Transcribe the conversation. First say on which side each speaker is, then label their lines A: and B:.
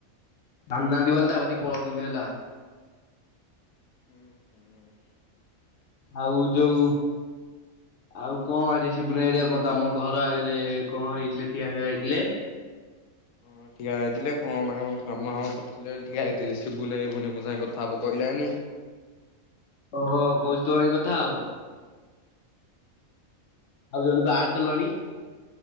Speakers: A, on the left; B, on the left.
A: ଆଣୁନାହାନ୍ତି ବୋଲି ତା କତିକି ପଲୋଉଥିଲି ହେଲା।
B: ହୁଁ ହୁଁ।
A: ଆଉ ଯୋଉ ଆଉ କଣ ଆଜି ସିବୁନ ହେରିକା କଣ ତ ଆମ ଘର ଆଗରେ କଣ ହେଇଥିଲେ ଠିଆ ଠା ହେଇଥିଲେ।
B: ହଁ ଠିଆ ହେଇଥିଲେ କଣ ତାଙ୍କ କାମ ଫାମ କରିଥିଲେ ଠିଆ ହେଇଥିଲେ ସିବୁନ ମୋ ସାଙ୍ଗେ କଥା ହେବ କହିଲାଣି।
A: ଓହୋ କହୁଛି ତୋ ଭାଇ କଥା ହବ? ଆଉ ଜଣକୁ ଆଡ କଲଣି।